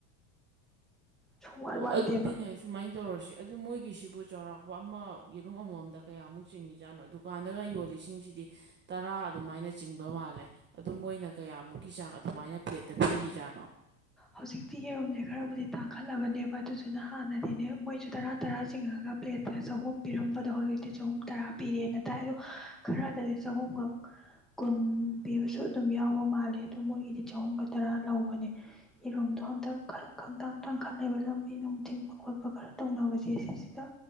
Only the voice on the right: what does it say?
ꯑꯣ
ꯑꯗꯨꯗꯤꯅꯦ ꯁꯨꯃꯥꯏꯅ ꯇꯧꯔꯁꯤ ꯑꯗꯨ ꯃꯣꯏꯒꯤꯁꯤꯕꯨ ꯆꯥꯎꯔꯥꯛꯄ ꯑꯃ ꯌꯦꯔꯨꯝ ꯑꯃꯃꯝꯗ ꯀꯌꯥꯃꯨꯛ ꯆꯤꯡꯉꯤꯖꯥꯠꯅꯣ ꯗꯨꯀꯥꯟꯗꯒ ꯌꯣꯜꯂꯤꯁꯤꯡꯁꯤꯗꯤ ꯇꯔꯥ ꯑꯗꯨꯃꯥꯏꯅ ꯆꯤꯡꯕ ꯃꯥꯜꯂꯦ ꯑꯗꯨ ꯃꯣꯏꯅ ꯀꯌꯥꯃꯨꯛꯀꯤ ꯆꯥꯡ ꯑꯗꯨꯃꯥꯏꯅ ꯄ꯭ꯂꯦꯠꯇ ꯄꯤꯔꯤꯖꯥꯠꯅꯣ